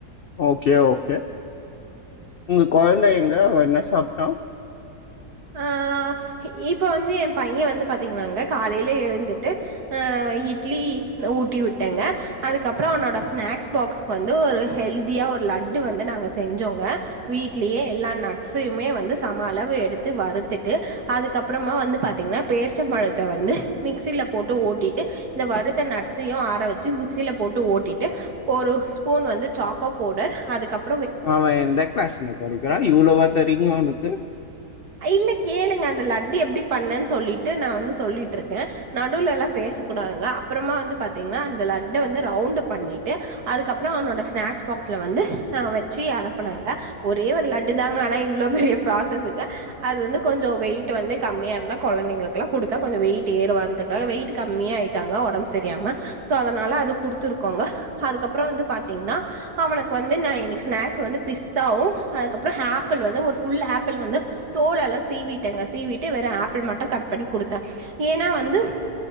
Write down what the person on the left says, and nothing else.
ஓகே ஓகே உங்க குழந்தை எங்க அவ என்ன சாப்பிட்டா
அவன் எந்த கிளாஸ்ங்க படிக்கிறான் இவ்வளவு வா தரிங்க அவனுக்கு